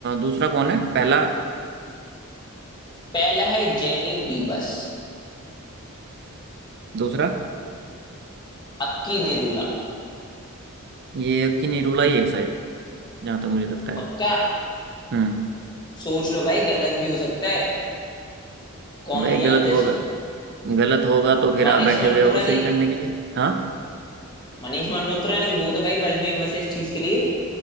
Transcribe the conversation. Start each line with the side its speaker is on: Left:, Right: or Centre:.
Right: दूसरा कौन है पहला
Left: पहला है जेनी बीबस
Right: दूसरा
Left: अक्की निरूला
Right: ये कि निरूला ही है शायद जहाँ तक मुझे लगता है
Left: पक्का
Right: हम्म
Left: सोच लो भाई गलत भी हो सकता है कौन
Right: तो भाई
Left: ही
Right: गलत
Left: जानता
Right: होगा
Left: है इसको
Right: गलत होगा तो फिर
Left: मनीष
Right: आप बैठे
Left: मल्होत्रा
Right: हुए हो सही
Left: नहीं
Right: करने के लिए हाँ
Left: मनीष मल्होत्रा नहीं वो तो भाई वर्ल्ड फेमस है इस चीज के लिए